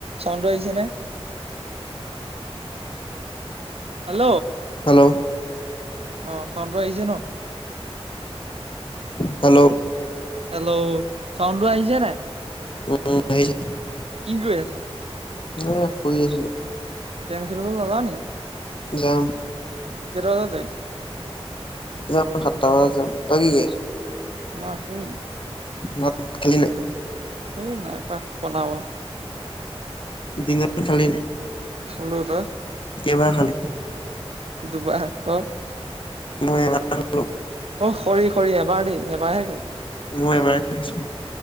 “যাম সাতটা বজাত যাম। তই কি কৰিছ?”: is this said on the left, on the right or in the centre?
Left